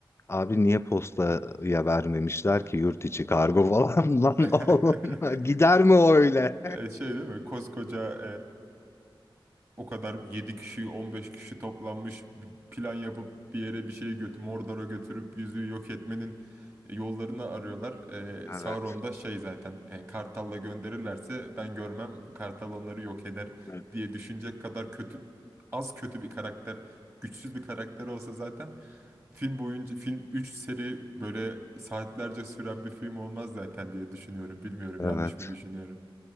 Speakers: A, on the left; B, on the right.
A: Abi niye postaya vermemişler ki yurt içi kargo falan <laughs> lan
B: <laughs>
A: oğlum. Gider mi o öyle?
B: Ya Şey değil mi? Koskoca O kadar 7 kişi 15 kişi toplanmış bir plan yapıp bir yere bir şey götür Mordor'a götürüp yüzüğü yok etmenin e, yollarını arıyorlar. Ee, Sauron
A: Evet.
B: da şey zaten e, Kartal'la gönderirlerse ben görmem Kartal onları yok eder
A: evet.
B: diye düşünecek kadar kötü az kötü bir karakter güçsüz bir karakter olsa zaten film boyunca film 3 seri böyle saatlerce süren bir film olmaz zaten diye düşünüyorum. Bilmiyorum
A: Evet.
B: yanlış mı düşünüyorum.